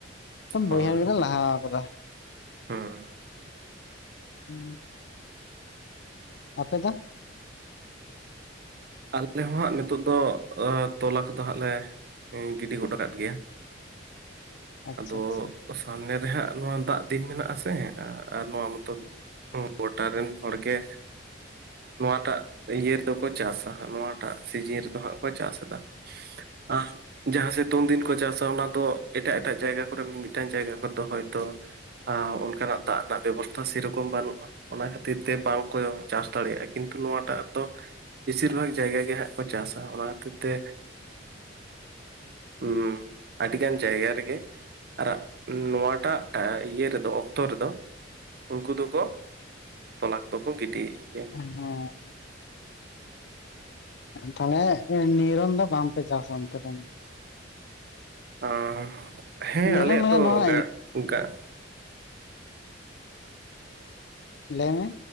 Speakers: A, on the left; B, on the right.
A: ᱛᱚᱢ
B: ᱦᱳᱭ
A: ᱵᱟᱹᱭᱦᱟᱹᱲ ᱜᱮᱞᱮ ᱞᱟᱦᱟ ᱠᱟᱫᱟ᱾
B: ᱦᱩᱸ
A: ᱦᱩ ᱟᱯᱮ ᱫᱚ?
B: ᱟᱞᱮ ᱦᱚᱸ ᱦᱟᱸᱜ ᱱᱤᱛᱚᱜ ᱫᱚ ᱟᱸ ᱛᱚᱞᱟ ᱠᱚᱫᱚ ᱦᱟᱸᱜ ᱞᱮ ᱜᱤᱰᱤ ᱜᱚᱫᱷ ᱟᱠᱟᱫ ᱜᱮᱭᱟ᱾
A: <inaudible> ᱟᱪᱪᱷᱟ
B: ᱟᱫᱚ
A: ᱟᱪᱪᱷᱟ
B: ᱥᱟᱢᱱᱮ ᱨᱮᱦᱟᱸᱜ ᱱᱚᱣᱟ ᱫᱟᱜᱽ ᱫᱤᱱ ᱢᱮᱱᱟᱜᱼ ᱟ ᱥᱮ ᱟ ᱟᱨ ᱱᱚᱣᱟ ᱢᱚᱛᱚ ᱦᱩ ᱜᱚᱴᱟ ᱨᱮᱱ ᱦᱚᱲ ᱜᱮ ᱱᱚᱣᱟᱴᱟᱜ ᱤᱭᱟᱹ ᱨᱮᱫᱚ ᱠᱚ ᱪᱟᱥᱟ ᱱᱚᱣᱟᱴᱟᱜ ᱥᱤᱡᱤᱱ ᱨᱮᱫᱚ ᱦᱟᱸᱜ ᱠᱚ ᱪᱟᱥ ᱮᱫᱟ ᱟᱨ ᱡᱟᱦᱟᱸ ᱥᱤᱛᱩᱝ ᱫᱤᱱ ᱠᱚ ᱪᱟᱥᱟ ᱚᱱᱟ ᱫᱚ ᱮᱴᱟᱜ ᱮᱴᱟᱜ ᱡᱟᱭᱜᱟ ᱠᱚᱨᱮ ᱢᱤᱼᱢᱤᱫᱴᱟᱱ ᱡᱟᱭᱜᱟ ᱠᱚᱨ ᱫᱚ ᱦᱚᱭᱛᱚ ᱟ ᱚᱱᱠᱟᱱᱟᱜ ᱫᱟᱜᱽ ᱨᱮᱱᱟᱜ ᱵᱮᱵᱚᱥᱛᱷᱟ ᱥᱮᱨᱚᱠᱚᱢ ᱵᱟᱹᱱᱩᱜᱼᱟ᱾ ᱚᱱᱟ ᱠᱷᱟᱹᱛᱤᱨ ᱛᱮ ᱵᱟᱝᱠᱚ ᱪᱟᱥ ᱫᱟᱲᱮᱭᱟᱜᱼᱟ ᱠᱤᱱᱛᱩ ᱱᱚᱶᱟᱴᱟᱜ ᱫᱚ ᱵᱮᱥᱤᱨ ᱵᱷᱟᱜᱽ ᱡᱟᱭᱜᱟ ᱜᱮ ᱦᱟᱸᱜ ᱠᱚ ᱪᱟᱥᱟ ᱚᱱᱟ ᱠᱷᱟᱹᱛᱤᱨ ᱛᱮ ᱦᱩ ᱟᱹᱰᱤᱜᱟᱱ ᱪᱟᱭᱜᱟ ᱨᱮᱜᱮ ᱟᱨᱟᱜ ᱱᱚᱣᱟᱴᱟᱜ ᱴᱟ ᱤᱭᱟᱹ ᱨᱮᱫᱚ ᱚᱠᱛᱚ ᱨᱮᱫᱚ ᱩᱱᱠᱩ ᱫᱚᱠᱚ ᱛᱚᱞᱟ ᱠᱚᱫᱚ ᱠᱚ ᱜᱤᱰᱤᱭᱮᱜ ᱜᱮᱭᱟ᱾
A: ᱦᱮᱸ ᱦᱮᱸ ᱛᱟᱦᱞᱮ ᱮ ᱱᱤᱨᱚᱱ ᱫᱚ ᱵᱟᱝᱯᱮ ᱪᱟᱥᱟ ᱚᱱᱛᱮ ᱨᱮᱱ ᱫᱚ
B: ᱟᱦ ᱦᱮᱸ
A: ᱱᱤᱨᱚᱱ
B: ᱟᱞᱮᱭᱟᱜ
A: ᱢᱟᱱᱮ
B: ᱫᱚ
A: ᱱᱚᱣᱟ
B: ᱜᱟᱜ ᱜᱟᱜ
A: ᱞᱟᱹᱭ ᱢᱮ